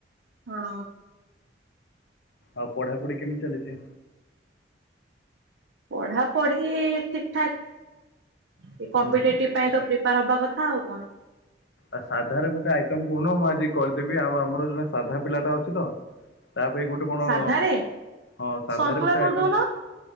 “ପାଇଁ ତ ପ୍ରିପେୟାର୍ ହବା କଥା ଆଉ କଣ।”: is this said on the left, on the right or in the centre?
Right